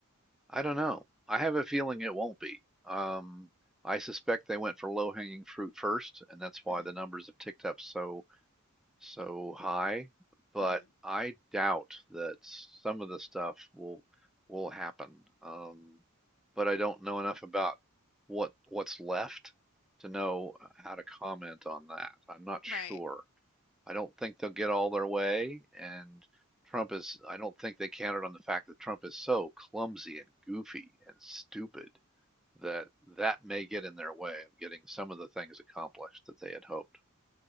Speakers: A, in the centre; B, on the left.
A: I don't know. I have a feeling it won't be. Um, I suspect they went for low hanging fruit first, and that's why
B: hmm
A: the numbers have ticked up so, so high, but
B: hmm
A: I doubt that some of the stuff will will happen. Um, but I don't know enough about what what's left to know uh, how to comment on that. I'm not sure.
B: Right.
A: I don't think they'll get all their way, and Trump is, I don't think they counted on the fact that Trump is so clumsy and goofy and stupid that that may get in their way of getting some of the things accomplished that they had hoped.